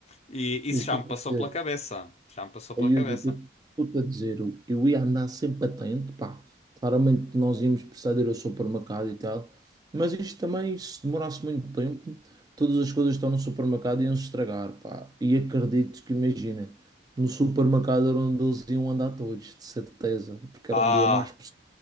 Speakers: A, on the left (about 35°); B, on the right (about 20°).
A: E isso
B: Eu estou-te
A: já me passou
B: a dizer,
A: pela cabeça. Já me passou pela
B: ó Yuri,
A: cabeça.
B: eu estou-te a dizer, eu eu ia andar sempre atento, pá. Claramente nós íamos precisar de ir ao supermercado e tal, mas isto também, se demorasse muito tempo, todas as coisas que estão no supermercado iam se estragar, pá. E acredito que, imagina, no supermercado era onde eles iam andar todos, de certeza, porque
A: Ah.
B: era onde ia mais pessoas.